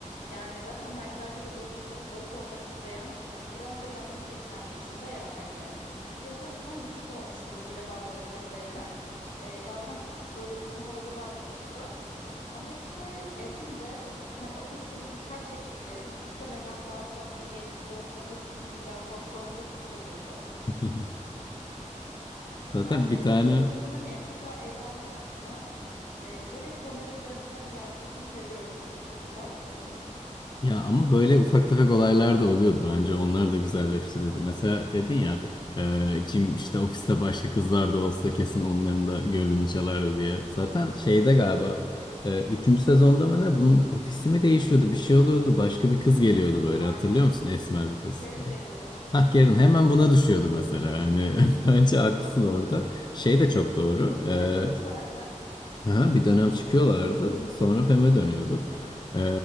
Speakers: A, on the left (about 80°); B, on the left (about 35°).
A: Yani zaten Michael herkese dost, oku- dost olmak isteyen biraz da yalnız biri kendi içinde ya hani. Biraz o yüzden gıcık olmuştum Jim'in bazı hareketlerine. Ee, bazen çok böyle burnu havada davranıyordu. Ama işte ya Jim de hani ofisin dikkat çekici, muhtemelen daha fazla genç kız olsa hepsinin illa hoşlandığı bir tip olurdu.
B: <laughs> Zaten
A: Ben şeyi
B: bir
A: seviyorum.
B: tane
A: Bu dizinin entrika ele almamasını, e, böyle hep komedi üzerinden ilerlemesini seviyorum. Duygusallıkta bile.
B: Ya ama böyle ufak tefek olaylar da oluyordu bence. Onlar da güzelleştiriyordu. Mesela dedin ya e, Jim işte ofiste başka kızlar da olsa kesin onların da gönlünü çalardı diye. Zaten şeyde galiba e, üçüncü sezonda mı ne bunun ofisi mi değişiyordu bir şey oluyordu. Başka bir kız geliyordu böyle
A: Aynen.
B: hatırlıyor musun? Esmer bir kız.
A: Karen geliyordu.
B: Hah Karen hemen buna düşüyordu mesela. Hani <laughs> bence haklısın orada. Şey de çok doğru.
A: Sonra
B: e,
A: çıktılar bile.
B: Ha, bir dönem çıkıyorlardı. Sonra Fem'e dönüyordu. Ee,